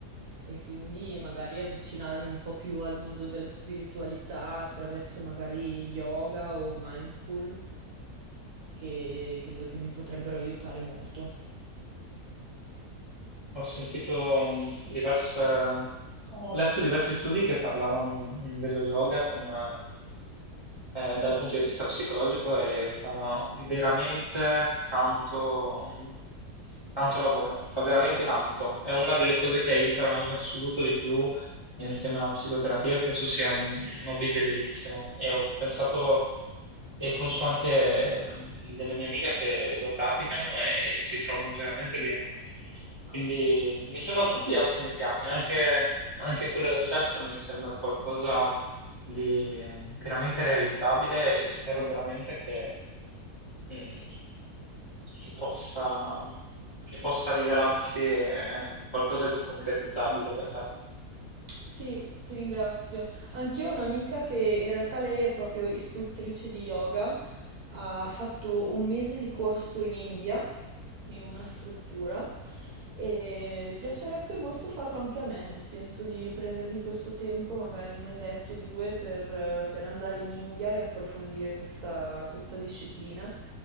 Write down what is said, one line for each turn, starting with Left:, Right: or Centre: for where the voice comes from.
Right: E quindi magari avvicinarmi un po' più al mondo della spiritualità attraverso magari yoga o mindful, che credo che mi potrebbero aiutare molto.
Left: Ho sentito mm, diverse, ho letto diversi studi che parlavano mm, dello yoga come eh, dal punto di vista psicologico e fa veramente tanto, mm, tanto lavoro, fa veramente tanto. È una delle cose che aiuta in assoluto di più insieme alla psicoterapia penso sia un, un hobby bellissimo e ho pensato e conosco anche mm, delle mie amiche che lo praticano e si trovano veramente bene. Quindi mi sembrano tutti ottimi piani, anche, anche quello del surf mi sembra qualcosa di eh, pienamente realizzabile e spero veramente che, mm, che possa, che possa rivelarsi eh, qualcosa di concretizzabile per te.
Right: Sì, ti ringrazio. Anch'io ho un'amica che in realtà lei è proprio istruttrice di yoga, ha fatto un mese di corso in India, in una struttura, e piacerebbe molto farlo anche a me, nel senso di prendermi questo tempo, magari un mesetto o due, per, per andare in India e approfondire questa, questa disciplina,